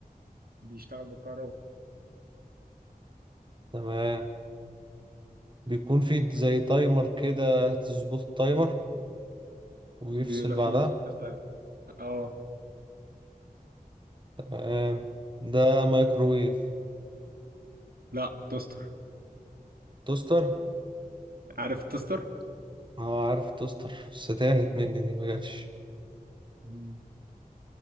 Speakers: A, on the right; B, on the right.
A: بيشتغل بالكهرباء
B: تمام بيكون فيه زي تايمر كده تظبط التايمر ويفصل
A: بيبقى
B: بعدها
A: فيه ظبط تايم اه
B: تمام ده مايكرويف
A: لا توستر
B: توستر
A: عارف التوستر؟
B: اه عارف توستر بس تاهت مني دي ما جاتش
A: مم.